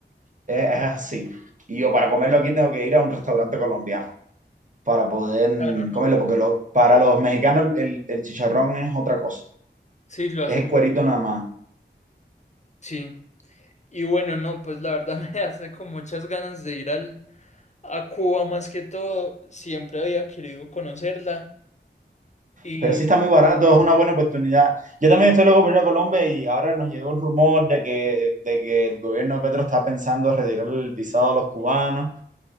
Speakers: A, on the right (about 45°); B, on the left (about 40°).
A: es, es así. Y yo para comerlo aquí tengo que ir a un restaurante colombiano para poder
B: Claro, no,
A: comerlo, porque lo, para los mexicanos el, el chicharrón es otra cosa,
B: sí, lo hacen,
A: es el
B: mu-
A: cuerito nada más.
B: sí. Y bueno, no, pues la verdad <laughs> me hace con muchas ganas de ir al, a Cuba más que todo. Siempre había querido conocerla y,
A: Pero sí está muy barato, es una buena oportunidad. Yo también estoy loco por ir a Colombia y ahora nos llegó un rumor de que, de que el gobierno de Petro está pensando retirar el visado a los cubanos.